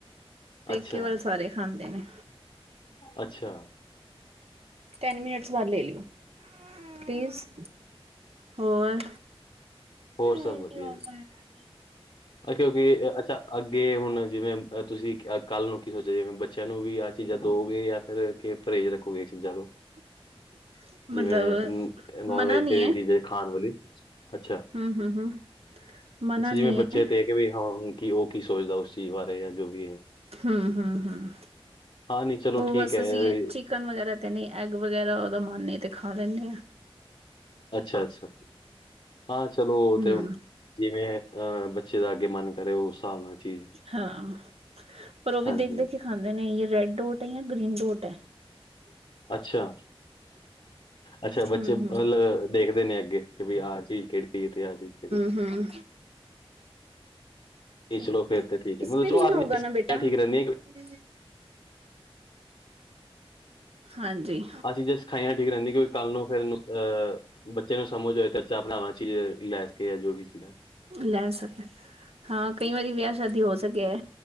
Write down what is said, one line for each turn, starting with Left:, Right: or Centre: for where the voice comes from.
Right: ਪੇਕੇ
Left: ਅੱਛਾ
Right: ਵੱਲ ਸਾਰੇ ਖਾਂਦੇ ਨੇ।
Left: ਅੱਛਾ
Right: ਟੈਨ ਮਿਨਟਸ ਬਾਅਦ ਲੇ ਲਿਓ, ਪਲੀਜ਼। ਹੋਰ,
Left: ਹੋਰ
Right: ਮੀਡਿੳ
Left: ਸਭ ਵਧੀਆ
Right: ਔਨ
Left: ਜੀ
Right: ਕਰਨਾ ਏ।
Left: ਅ ਕਿਉਂਕਿ ਅ ਅੱਛਾ ਅੱਗੇ ਹੁਣ ਜਿਵੇਂ ਤੁਸੀਂ ਕੱਲ੍ਹ ਨੂੰ ਕੀ ਸੋਚਿਆ ਜਿਵੇਂ ਬੱਚਿਆਂ ਨੂੰ ਵੀ ਆਹ ਚੀਜ਼ਾਂ ਦਓਗੇ ਜਾਂ ਫਿਰ ਕਿ ਪਰਹੇਜ਼ ਰੱਖੋ ਇਹ ਚੀਜ਼ਾਂ ਤੌਂ।
Right: <unintelligible>
Left: ਜਿਵੇਂ
Right: ਮਤਲਬ
Left: ਨ ਨੋਨ
Right: ਮਨਾ
Left: ਵੈਜੀਟੇਰੀਅਨ
Right: ਨੀ ਐ,
Left: ਚੀਜ਼ ਏ ਖਾਣ ਵਾਲੀ। ਅੱਛਾ,
Right: ਹੂੰ-ਹੂੰ-ਹੂੰ, ਮਨਾ
Left: ਅੱਛਾ ਜਿਵੇਂ
Right: ਨੀ
Left: ਬ
Right: ਐ,
Left: ਚੇ ਤੇ ਕੇ ਵੀ ਹਾਂੁਣ ਕੀ ਉਹ ਕੀ ਸੋਚਦਾ ਉਸ ਚੀਜ਼ ਬਾਰੇ ਐ ਜਾਂ ਜੋ ਵੀ ਐ।
Right: ਹਮ-ਹਮ-ਹਮ,
Left: ਨਹੀਂ ਚਲੋ
Right: ਉਹ
Left: ਠੀਕ
Right: ਬਸ
Left: ਹੈ
Right: ਅਸੀਂ, ਠੀਕ ਕਨ ਵਗੈਰਾ ਤੇ ਨਹੀਂ ਐਗ ਵਗੈਰਾ ੳਦਾਂ ਮੰਨ ਏ ਤੇ ਖਾ ਲੈਂਨੇ ਆਂ।
Left: ਅੱਛਾ-ਅੱਛਾ, ਹਾਂ ਚਲੋ ੳਹ
Right: ਹਮ
Left: ਤੇ ਹੁਣ ਜਿਵੇਂ ਅਹ ਬੱਚੇ ਦਾ ਅੱਗੇ ਮਨ ਕਰੇ ਉਸ ਹਿਸਾਬ ਨਾਲ ਚੀਜ਼
Right: ਹਾਂ, ਪਰ ਉਹ ਵੀ
Left: ਹਾਂਜੀ
Right: ਦੇਖ-ਦੇਖ ਕੇ ਖਾਂਦੇ ਨੇ ਯ ਰੈੱਡ ਡੋਟ ਹੈ ਜਾਂ ਗ੍ਰੀਨ ਡੋਟ ਹੈ।
Left: ਅੱਛਾ, ਅੱਛਾ ਬੱਚੇ
Right: ਹਮ
Left: ਮਤਲਬ
Right: ਹਮ
Left: ਦੇਖਦੇ ਨੇ ਅੱਗੇ ਕਿ ਬਈ ਆਹ ਚੀਜ਼ ਕਿਹੜੀ ਹੈ ਤੇ ਆਹ ਚੀਜ਼ ਕਿਹੜੀ। ਹੈ।
Right: ਹਮ
Left: ਨਹੀਂ
Right: ਠੀਕ,
Left: ਚਲੋ ਫਿਰ ਤੇ ਠੀਕ ਹੈ
Right: ਇਸਪੇ
Left: ਮਤਲਬ ਚਲੋ
Right: ਨਹੀਂ
Left: ਆਹ ਚੀਜ਼ਾਂ
Right: ਹੋਗਾ ਨਾ
Left: ਸਿੱਖੀਆਂ
Right: ਬੇਟਾ,
Left: ਠੀਕ
Right: ਹਮ
Left: ਰਹਿੰਦੀਆਂ
Right: ਹਾਂ ਜੀ।
Left: ਹਾਂ ਜੀ ਜੇ ਸਖਾਈਆਂ ਠੀਕ ਰਹਿੰਦੀ ਕਿੳੰਕਿ ਕੱਲ੍ਹ ਨੂੰ ਫੇਰ ਨੂੰ ਅਹ, ਬ। ਤੈਨੂੰ ਸਮਝ ਹੋਏ ਤੇ ਚਾ ਬਣਾਵਾਂ ਚੀਜ਼ ਕਿ ਲੈਸ ਕੇ ਜੋ ਵੀ ਸੀਗਾ।
Right: ਲੈ ਸਕਦਾ। ਹਾਂ ਕਈ ਵਾਰੀ ਵਿਆਹ ਸ਼ਾਦੀ ਹੋ ਸਕਿਆ